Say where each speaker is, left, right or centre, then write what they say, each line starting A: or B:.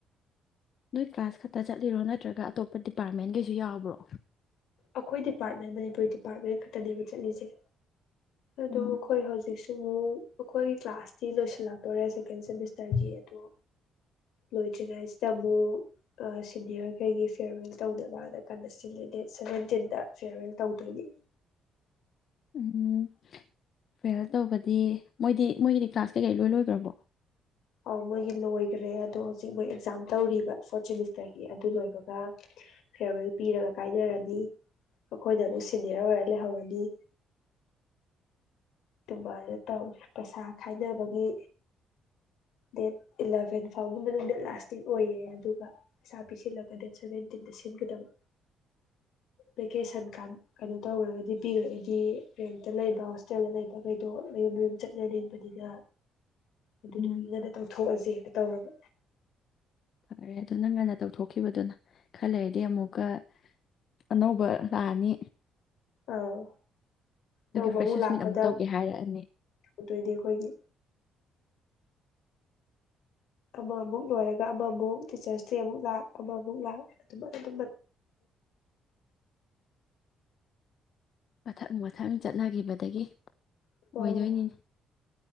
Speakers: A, on the left; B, on the left.
A: ꯅꯣꯏ ꯀ꯭ꯂꯥꯁ ꯈꯛꯇ ꯆꯠꯂꯤꯔꯣ ꯅꯠꯇ꯭ꯔꯒ ꯑꯇꯣꯞꯄ ꯗꯤꯄꯥꯔꯠꯃꯦꯟꯒꯤꯩꯁꯨ ꯌꯥꯎꯕ꯭ꯔꯣ
B: ꯑꯩꯈꯣꯏ ꯗꯤꯄꯥꯔꯠꯃꯦꯟ ꯃꯅꯤꯄꯨꯔꯤ ꯗꯤꯄꯥꯔꯠꯃꯦꯟ ꯈꯛꯇꯅꯦꯕ ꯆꯠꯂꯤꯁꯦ ꯑꯗꯣ
A: ꯎꯝ
B: ꯑꯩꯈꯣꯏ ꯍꯧꯖꯤꯛꯁꯨ ꯑꯃꯨꯛ ꯑꯩꯈꯣꯏꯒꯤ ꯀ꯭ꯂꯥꯁꯇꯤ ꯂꯣꯏꯁꯤꯜꯂꯛꯇꯣꯔꯦ ꯁꯦꯀꯦꯟ ꯁꯦꯃꯤꯁꯇꯔꯒꯤ ꯑꯗꯣ ꯂꯣꯏꯗ꯭ꯔꯤꯉꯩꯁꯤꯗ ꯑꯃꯨꯛ ꯁꯤꯅꯤꯌꯔꯈꯩꯒꯤ ꯐꯤꯌꯔꯋꯦꯜ ꯇꯧꯗꯅꯕꯗ ꯀꯟꯗ ꯗꯦꯠ ꯁꯚꯦꯟꯇꯤꯟꯗ ꯐꯤꯌꯔꯋꯦꯜ ꯇꯧꯗꯣꯏꯅꯤ
A: ꯎꯝ ꯐꯦꯜ ꯇꯧꯕꯗꯤ ꯃꯣꯏꯗꯤ ꯃꯣꯏꯒꯤꯗꯤ ꯀ꯭ꯂꯥꯁ ꯀꯩꯀꯩ ꯂꯣꯏ ꯂꯣꯏꯈ꯭ꯔꯕꯣ
B: ꯑꯥꯎ ꯃꯣꯏꯒꯤ ꯂꯣꯏꯈ꯭ꯔꯦ ꯑꯗꯣ ꯍꯧꯖꯤꯛ ꯃꯣꯏ ꯑꯦꯛꯖꯥꯝ ꯇꯧꯔꯤꯕ ꯐꯣꯔꯠ ꯁꯦꯃꯤꯁꯇꯔꯒꯤ ꯑꯗꯨ ꯂꯣꯏꯕꯒ ꯐꯤꯔꯋꯦꯜ ꯄꯤꯔꯒ ꯀꯥꯏꯅꯔꯅꯤ ꯑꯩꯈꯣꯏꯅꯕꯨ ꯁꯤꯦꯅꯤꯌꯔ ꯑꯣꯏꯔ ꯂꯩꯍꯧꯔꯅꯤ ꯑꯗꯨꯝꯕꯅ ꯇꯧꯔꯦ ꯄꯩꯁꯥ ꯈꯥꯏꯅꯕꯒꯤ ꯗꯦꯠ ꯏꯂꯚꯦꯟ ꯐꯥꯎꯒꯤ ꯃꯅꯨꯡꯗ ꯂꯥꯁꯇꯤꯡ ꯑꯣꯏꯌꯦ ꯑꯗꯨꯒ ꯄꯩꯁꯥ ꯄꯤꯁꯤꯜꯂꯒ ꯗꯦꯠ ꯁꯚꯦꯟꯇꯤꯟꯗ ꯁꯤꯟꯒꯗꯕ ꯚꯦꯀꯦꯁꯟ ꯀꯥꯟ ꯀꯩꯅꯣ ꯇꯧꯔꯒꯗꯤ ꯄꯤꯔꯒꯗꯤ ꯔꯦꯟꯇ ꯂꯩꯕ ꯍꯣꯁꯇꯦꯜꯗ ꯂꯩꯕ ꯀꯩꯗꯣ ꯃꯌꯨꯝ ꯃꯌꯨꯝ ꯆꯠꯂ ꯂꯦꯡꯕꯅꯤꯗ ꯑꯗꯨꯗꯤꯦ
A: ꯎꯝ
B: ꯇ ꯊꯣꯛꯑꯁꯦ ꯇꯧꯔꯒ
A: ꯐꯔꯦ ꯑꯗꯨꯣ ꯅꯪ ꯉꯟꯅ ꯇꯧꯊꯣꯛꯈꯤꯕꯗꯨꯅ ꯈꯜꯂꯔꯗꯤ ꯑꯃꯨꯛꯀ ꯑꯅꯧꯕ ꯔꯥꯑꯅꯤ
B: ꯑꯥꯎ ꯇꯧꯕꯕꯨ
A: ꯐ꯭ꯔꯦꯁꯔꯁ
B: ꯂꯥꯛꯄꯗ
A: ꯃꯤꯠ ꯑꯃꯨꯛ ꯇꯧꯒꯦ ꯍꯥꯏꯔꯛꯑꯅꯤ
B: ꯇꯧꯗꯣꯏꯗꯤ ꯑꯩꯈꯣꯏꯒꯤ ꯑꯃ ꯑꯃꯨꯛ ꯂꯣꯏꯔꯒ ꯑꯃꯃꯨꯛ ꯇꯤꯆꯔꯁ ꯗꯦ ꯑꯃꯨꯛ ꯂꯥꯛ ꯑꯃꯃꯨꯛ ꯂꯥꯛ ꯑꯗꯨꯝ ꯑꯗꯨꯝ
A: ꯃꯊꯪ ꯃꯊꯪ ꯆꯠꯅꯈꯤꯕꯗꯒꯤ
B: ꯑꯥ
A: ꯑꯣꯏꯗꯣꯏꯅꯤ